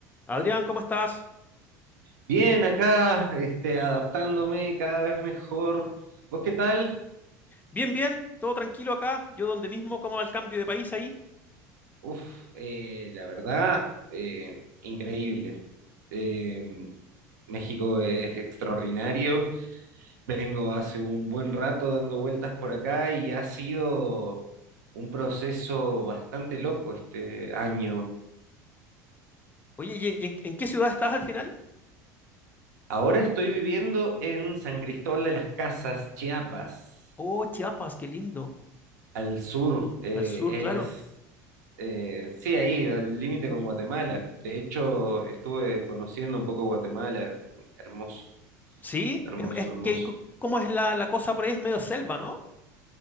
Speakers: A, on the left; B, on the right.
A: Adrián, ¿cómo estás?
B: Bien, acá, este, adaptándome cada vez mejor. ¿Vos qué tal?
A: Bien, bien, todo tranquilo acá. Yo donde mismo, ¿cómo va el cambio de país ahí?
B: Uf, eh, la verdad, eh, increíble. Eh, México es extraordinario. Vengo hace un buen rato dando vueltas por acá y ha sido un proceso bastante loco este año.
A: Oye, ¿y y en, en qué ciudad estás al final?
B: Ahora estoy viviendo en San Cristóbal de las Casas, Chiapas.
A: Oh, Chiapas, qué lindo.
B: al sur, eh,
A: Al sur, claro.
B: es, eh, sí, ahí, al límite con Guatemala. De hecho, estuve conociendo un poco Guatemala. Hermoso,
A: Sí,
B: hermoso,
A: es, es
B: hermoso.
A: que, co- ¿cómo es la, la cosa por ahí? Es medio selva, ¿no?